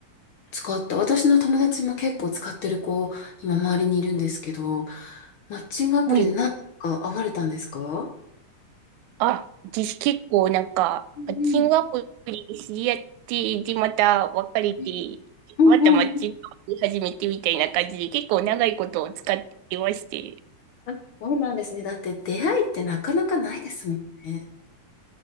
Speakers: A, on the left; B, on the right.
A: 使った。私の友達も結構使ってる子、今周りにいるんですけど、マッチングアプリで何か会われたんですか
B: はい。あ、私結構なんか、
A: うん
B: マッチングアプリで知り合って、で、また別れて、
A: うんうんうんうん
B: またマッチングアプリ始めてみたいな感じで結構長いことを使ってまして。
A: あそうなんですね。だって出会いってなかなかないですもんね。